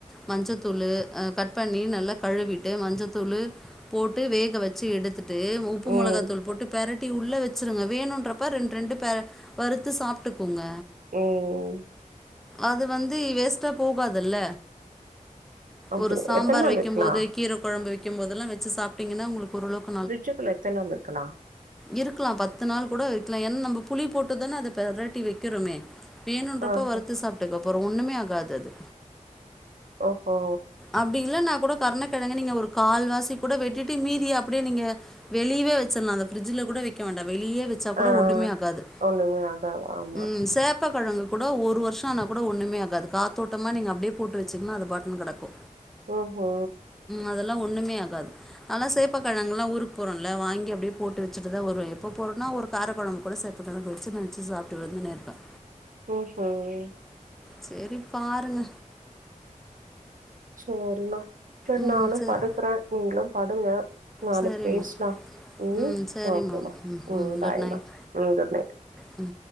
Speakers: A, in the centre; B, on the right (about 75°).
A: மஞ்சத்தூளு கட் பண்ணி நல்லா கழிவிட்டு மஞ்சத்தூளு... போட்டு வேக வெச்சு எடுத்துட்டு உப்பு
B: ம்
A: மொளகாதூள் போட்டு பெரட் டி உள்ள வெச்சிருங்க. வேணுன்றப்ப ரெண்டு ரெண்டு பெரட் வறுத்து சாப்ட்டுக்கோங்க
B: ம்
A: அது வந்து வேஸ்ட்டா போகாதுல்ல
B: அப்டி
A: ஒரு சாம்பார்
B: எத்தன நாள்
A: வெக்கும்
B: வைக்கலாம்
A: போது கீர கொழம்பு வெக்கும் போதெல்லா வெச்சு சாப்பிட்டீங்கன்னா உங்களுக்கு ஓரளவுக்கு
B: ஃபிரிட்ஜுக்குள்ள எத்தன நாள் வெக்கலா
A: இருக்கலா பத்து நாள் கூட வெக்கலாம். ஏன்னா நம்ம புளி போட்டுதானே! அத பெரட்டி வெக்கிறோமே! வேணுன்றப்போ
B: ஆ
A: வறுத்து
B: ஆ
A: சாப்ட்டுக்கோ அப்றோ ஒண்ணுமே ஆகாதது
B: ஓ ஹோ
A: அப்டி இல்லன்னா கூட கர்ண கெழங்க நீங்க ஒரு கால்வாசி கூட வெட்டிட்டு மீதி அப்டே நீங்க வெளிய்வே வெச்சிட்லா அத ப்ரிட்ஜில கூட வெக்க வேண்டா வெளியே வெச்ப கூட
B: ஆ.
A: ஒன்னுமே ஆகாது
B: ஒண்ணுமே ஆகாது. ஆமா.
A: ம் சேப் சேப்பக்கழங்கு கூட ஒரு வருஷோ ஆனா கூட ஒண்ணுமே ஆகாது காத்தோட்டமா நீங்க அப்டியே போட்டு வச்சிங்கனா அது பாட்டுன்னு கடக்கும்.
B: ஓ ஹோ
A: அதெல்லா ஒண்ணுமே ஆகாது நாலா சேப்பக்கெழங்கெல்லா ஊருக்கு போறோம்ல வாங்கி அப்டியே போட்டு வச். வச்சுட்டுதா வருவ எப்ப போறனோ ஒரு கார கொழம்பு கூட சாப்பாட்டு நேரோ வச்சுட்டு வச்சு சாப்ட்டு வந்துன்னேயிருப்ப
B: ஓஹோ! !
A: சேரி பாருங்க
B: சேரின்னா சேரி
A: ம்
B: நானு
A: சேர்
B: படுக்குற நீங்களு படுங்க நாளைக்
A: சரிம்மா
B: பேஸ்லா ம்ம்
A: ம் சரிம்மா
B: ஓகேமா ம் பாய்
A: குட் நைட்
B: மா ம் குட் நைட்
A: ம்